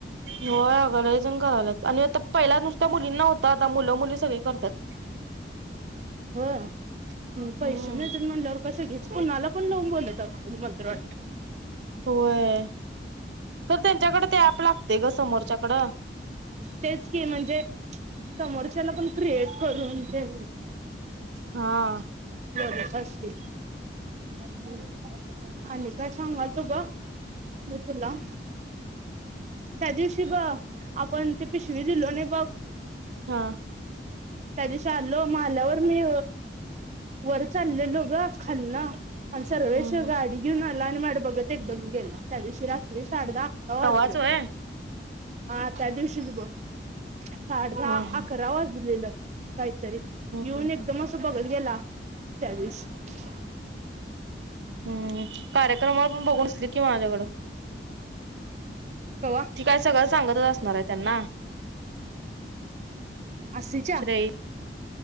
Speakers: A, on the right; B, on the right.
A: होय अगं लईजण करायल्यात आणि आता पहिला नुसत मुलींना होत आता मुलं मुली सगळे करतात
B: हो पैसे
A: हम्म
B: मिळतात म्हणल्यावर कसे घेच कणाला पण लोन बोल त मंत्र वा
A: होय तर त्यांच्याकडे ते ऍप लागते ग समोरच्याकड
B: तेच की म्हणजे समोरच्याला पण क्रिएट करून ते
A: हा
B: मग असतय हा आणि काय सांगालतो ग मी तुला त्या दिवशी ग आपण ते पिशवी दिलो नाही बघ
A: हा
B: त्या दिशी आलो मग आल्यावर मी वर चाललेलो ग खालन आणि सर्वेश
A: हम्म हम्म
B: गाडी घेउन्ह <inaudible> त्या दिवशी रात्री साडे दहा अकरा
A: तवाच
B: वाजले
A: होय
B: हा त्या दिवशीच बघ साडे दहा
A: हा हम्म
B: अकरा वाजले काहीतरी येऊन
A: हम्म
B: एकदम असं बघत गेला त्यादिवशी
A: हम्म्म. कार्यक्रमाला पण बघून हसली की माझ्याकडं.
B: कवा
A: ती काय सगळं सांगतच आस नार हाय त्यांना
B: आसीच्या
A: श्रेय